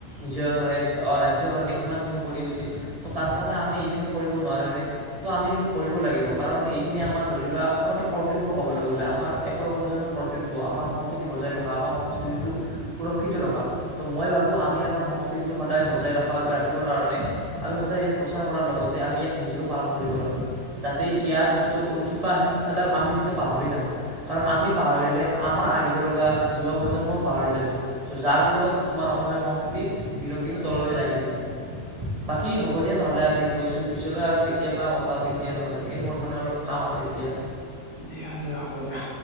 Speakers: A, on the right (about 35°); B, on the left (about 25°).
A: নিজৰ মানে ৰাজ্যৰ কাৰণে কিমান। কিমান খিনি কৰি গৈছিল ত তাৰ কাৰণে আমি কৰিব নোৱাৰোঁ নে ত আমি এইখিনি কৰিব লাগিব কাৰণ এইখিনি। আমাৰ ধৰি লোৱা আমাৰটা কৰ্তব্য, ক'বলৈ গলে আমাৰ একো একোনৰ কৰ্তব্য আমাৰ সংস্কৃতি বজাই ৰখা। আমাৰ সংস্কৃতিটো সুৰক্ষিত ৰখা ত' মই ভাবোঁ আমি আমাৰ সংস্কৃতিটো সদায় বজাই ৰখাৰ। ৰাখিবৰ কাৰণে আমি সদায় ইয়াক প্ৰচাৰ কৰাৰ লগতে আমি ইয়াক নিজেও পালন কৰিব লাগে যাতে ইয়াৰ। যিটো শিপা আছে শিপাডাল আমি যাতে পাহৰি নাহোঁ কাৰণ আমি পাহৰিলে আমাৰ আহিবলগা। যুৱ প্ৰজন্মও পাহৰি যাব। যাৰ ফলত তোমাৰ অসমীয়া সংস্কৃতিত দিনক দিনে তললৈ যাই থাকিব।
B: <inaudible>
A: বাকী হ'ব দিয়া নহলে আজি থৈছোঁ। পিছলৈ আৰু কেতিয়াবা কথা পাতিম দিয়া নহলে, এই মোৰ মানে অলপ কাম আছে। এতিয়া।
B: দিয়া দিয়া হ'ব দিয়া।